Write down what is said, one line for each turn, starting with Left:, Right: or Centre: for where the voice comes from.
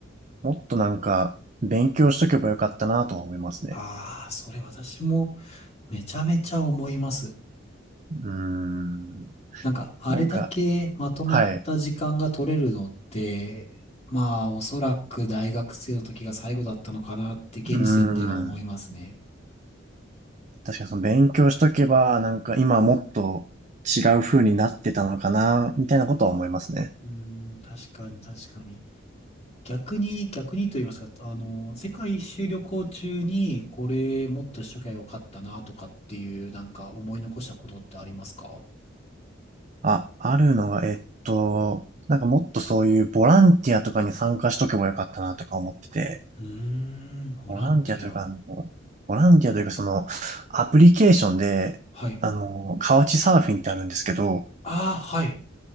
Right: もっとなんか、勉強しとけばよかったなとは思いますね。
Left: ああー、それ私もめちゃめちゃ思います。
Right: うーん、
Left: なんか、あれだけまとまった時間が取れるのって、
Right: なんか、はい。
Left: まあ、おそらく大学生の時が最後だったのかなって、現時点では思いますね。
Right: うーん、確かにその勉強しとけば、なんか今もっと違う風になってたのかな、みたいなことは思いますね。
Left: うーん、確かに、確かに。逆に、逆にと言いますか、あの、世界一周旅行中に、これもっとしときゃよかったな、とかっていう、なんか思い残したことってありますか
Right: あ、あるのは、えっと、なんかもっとそういうボランティアとかに参加しとけばよかったなとか思ってて、
Left: うーん、ボランティア。
Right: ボランティアというか、あの、ボランティアというかその、アプリケーションで、
Left: はい。
Right: あの、カウチサーフィンってあるんですけど、
Left: ああ、はい。